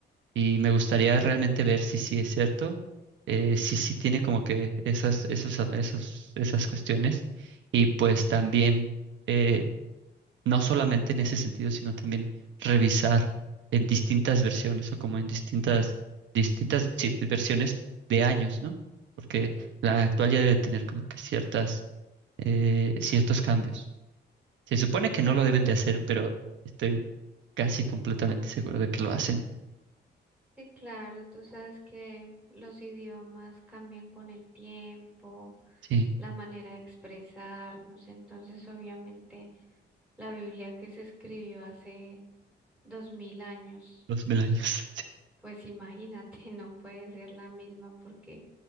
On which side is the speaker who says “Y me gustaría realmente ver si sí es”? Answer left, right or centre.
Right